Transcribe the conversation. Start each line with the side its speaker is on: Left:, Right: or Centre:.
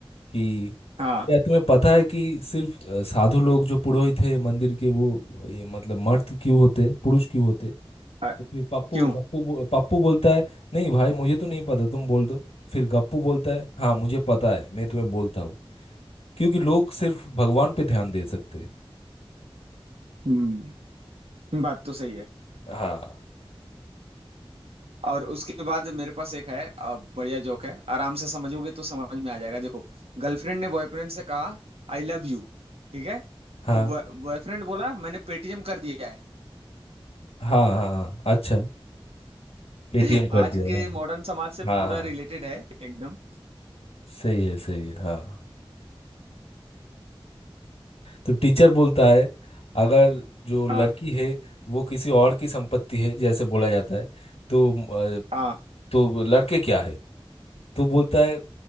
Left: कि
Right: हाँ
Left: क्या तुम्हें पता है कि सिर्फ अ, साधु लोग जो पुरोहित थे मंदिर के वो ये मतलब मर्द क्यों होते पुरुष क्यों होते तो
Right: अ,
Left: फिर पप्पू
Right: क्यों
Left: गप्पू बो- पप्पू बोलता है नहीं भाई मुझे तो नहीं पता तुम बोल दो फिर गप्पू बोलता है हाँ मुझे पता है मैं तुम्हें बोलता हूँ क्योंकि लोग सिर्फ भगवान पे ध्यान दे सकते हैं
Right: हम्म बात तो सही है
Left: हाँ
Right: और उसके बाद मेरे पास एक है अ, बढ़िया जोक है आराम से समझोगे तो समझ में आ जाएगा देखो गर्लफ्रेंड ने बॉयफ्रेंड से कहा आई लव यू ठीक है
Left: हाँ
Right: तो बॉयफ्रेंड बोला मैंने पेटीएम कर दिया है
Left: हाँ हाँ हाँ, अच्छा पेटीएम
Right: <laughs>
Left: कर
Right: आज
Left: दिया
Right: के
Left: है,
Right: मॉडर्न समाज
Left: हाँ
Right: से पूरा
Left: हाँ हाँ
Right: रिलेटेड है एकदम
Left: सही है सही है हाँ तो टीचर बोलता है अगर जो लड़की
Right: हाँ
Left: है वो किसी और की संपत्ति है जैसे बोला जाता है तो अ,
Right: हाँ
Left: तो लड़के क्या है तो बोलता है